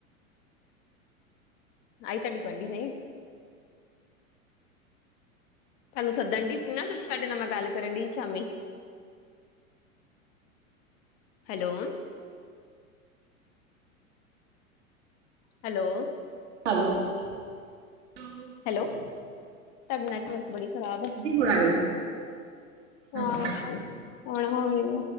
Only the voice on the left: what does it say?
ਆਈ ਤੁਹਾਡੀ ਬਣਦੀ ਨਹੀਂ। ਤੁਹਾਨੂੰ ਸੱਦਣ ਡਈ ਸੀ ਨਾ, ਜਦੋਂ ਤੁਹਾਡੇ ਨਾਲ ਮੈਂ ਗੱਲ ਕਰਨ ਡਈ ਸ ਸ਼ਾਮੀ। ਹੈਲੋ, ਹੈਲੋ,
ਹੈਲੋ ਤੁਹਾਡਾ ਨੈਟਵਰਕ ਬੜੀ ਖਰਾਬ ਐ,
ਹਾਂ
ਹੁਣ -ਹੁਣ